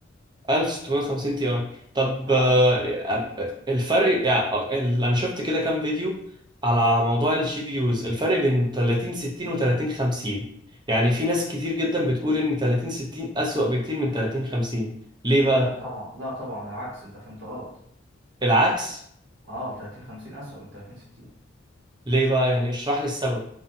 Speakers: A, on the right (about 25°); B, on the right (about 65°).
A: 1650 تي اي طب
B: اه
A: آه، الفرق يعني آه، ال- انا شفت كده كام فيديو على موضوع الجي بي يوز الفرق بين 30 60 و 30 50 يعني في ناس كتير جدا بتقول ان 30 60 اسوأ بكتير من 30 50 ليه بقى
B: لا طبعا لا طبعا العكس انت فهمت غلط
A: العكس
B: اه ال 30 50 اسوأ من 30 60
A: ليه بقى يعني اشرح لي السبب